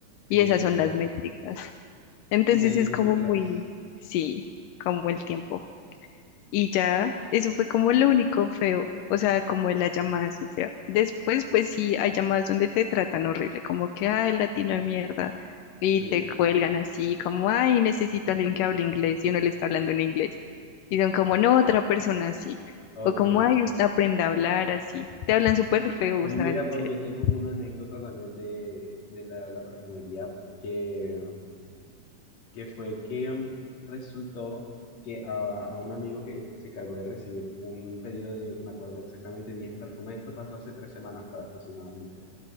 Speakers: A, on the left; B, on the left.
A: Sí,
B: y esas
A: entiendo.
B: son las métricas. Entonces
A: Y tienen que
B: es
A: cumplirlas.
B: como muy, sí, como el tiempo. Y ya, eso fue como lo único feo, o sea, como la llamada así fea. Después, pues sí, hay llamadas donde te tratan horrible, como que, ay, latino de mierda, y
A: Sí,
B: te cuelgan así, como, ay, necesito a alguien que hable inglés, y uno le está hablando en inglés. Y son como, no, otra persona así.
A: ok.
B: O como, ay, usted aprenda a hablar así. Te hablan súper feo,
A: Oh,
B: o
A: Mira,
B: sea, en
A: Pau,
B: serio.
A: yo tengo una anécdota también de, de la la perfumería que... que fue que mm, resultó que a, a un amigo que se cargó de recibir un pedido de, me acuerdo exactamente, 10 perfumes, esto pasó hace tres semanas aproximadamente,